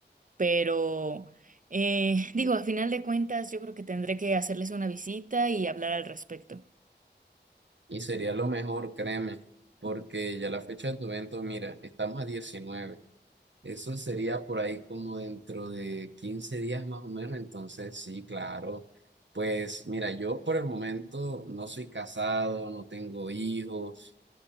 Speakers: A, on the right; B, on the right.
A: Pero eh, <laughs> digo, a final de cuentas, yo creo que tendré que hacerles una visita y hablar al respecto.
B: Y sería lo mejor, créeme, porque ya la fecha de tu evento, mira, estamos a diecinueve Eso sería por ahí como dentro de 15 días más o menos. Entonces, sí, claro. Pues mira, yo por el momento no soy casado, no tengo hijos,